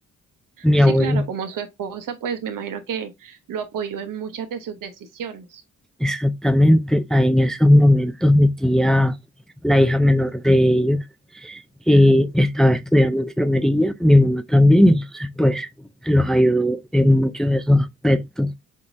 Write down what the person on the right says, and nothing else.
Sí,
claro, como su esposa, pues me imagino que lo apoyó en muchas de sus decisiones.